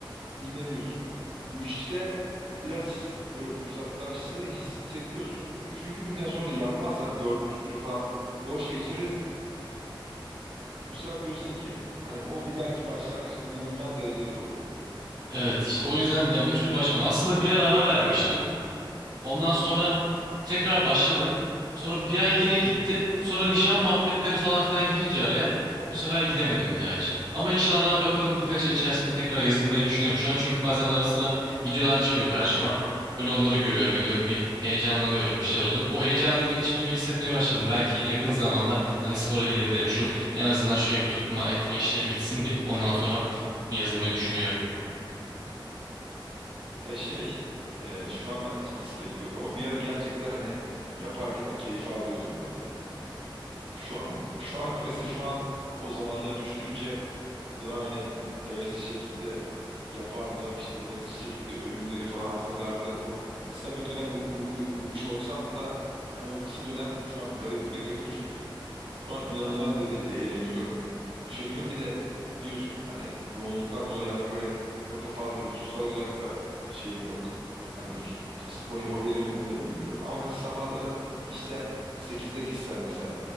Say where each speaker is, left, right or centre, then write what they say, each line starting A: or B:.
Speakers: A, on the right (about 85°); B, on the right (about 50°).
A: dinleniyorsun. Üçte biraz böyle uzaklaştığını hissediyorsun. Üçüncü günden sonra yapmazsan dördüncü günü falan boş geçirirsen bu sefer diyorsun ki hani o bir dahaki başlangıç inanılmaz derecede zor oluyor.
B: Evet işte o yüzden yani bir türlü başlamadım. Aslında bir ara ara vermiştim. Ondan sonra tekrar başladım. Sonra bir ay yine gittim. Sonra nişan muhabbetleri falan filan girince araya bu sefer gidemedim bir daha hiç. Ama inşallah bakalım birkaç ay içerisinde tekrar yazılmayı düşünüyorum. Şu an çünkü bazen ara sıra videolar çıkıyor karşıma. Böyle onları görüyorum ediyorum bir heyecanlanıyorum bir şeyler oluyorum. O heyecanı yine içimde bir hissetmeye başladım. Belki yakın zamanda hani spora gidebilirim. Şu en azından şu evi tutma etme işleri bitsin bir. Ondan sonra bir yazılmayı düşünüyorum.
A: Ya şey e, şu an bende hiç istek yok ama bir ara gerçekten hani yaparken o keyfi alıyordum ben de. Şu an şu anki mesela şu an o zamanları düşününce Ulan hani hevesli şekilde yapardım işte hevesli şekilde öğünleri falan hazırlardım. O kısa bir dönem uy uy- uyumuş olsam da hani o kısa dönem şu an garibime geliyor çünkü şu an inanılmaz derecede eriniyorum. Üşeniyorum. Bir de diyorsun hani yoğunluktan dolayı hani böyle çok da fazla vücutsal olarak da şeyim yok. Hani vücut spor yapabilir miyim onu da bilmiyorum. Ama mesela sabahları işte sekizde gitsem mesela